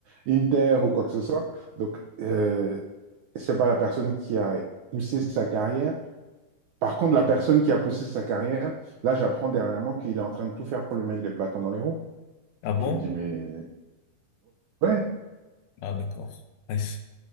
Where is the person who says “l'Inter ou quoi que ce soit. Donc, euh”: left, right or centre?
Right